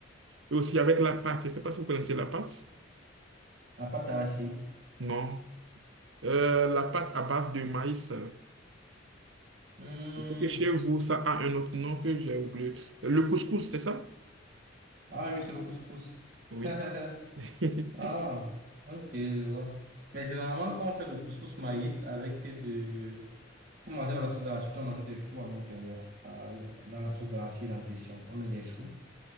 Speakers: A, on the right; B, on the right.
A: et aussi avec la pâte. Je ne sais pas si vous connaissez la pâte.
B: La pâte d'arachide.
A: Non. Euh, la pâte à base de maïs.
B: Hmm.
A: C'est que chez vous, ça a un autre nom que j'ai oublié. Le couscous, c'est ça?
B: Ah oui, c'est le couscous.
A: Oui.
B: <laughs>
A: <laughs>
B: Ah, ok, je vois. Mais généralement, quand on fait le couscous maïs avec de... Pour manger la sauce d'arachide, on ajoute des choux à l'intérieur, à- dans la sauce d'arachide en question. On met des choux